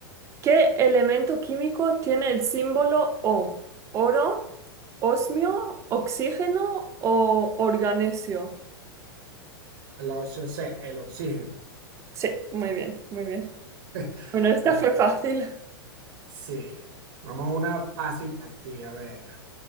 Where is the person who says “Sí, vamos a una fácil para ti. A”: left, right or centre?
Right